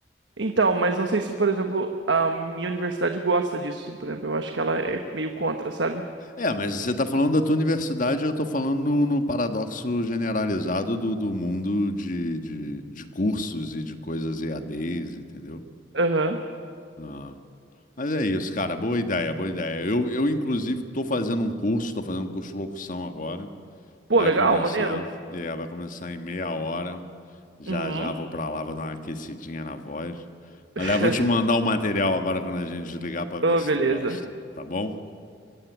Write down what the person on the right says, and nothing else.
Então, mas não sei se, por exemplo, a minha universidade gosta disso. Por exemplo, eu acho que ela é meio contra, sabe?
Aham.
Pô,
legal,
maneiro.
Uhum.
<laughs>
Oh,
beleza.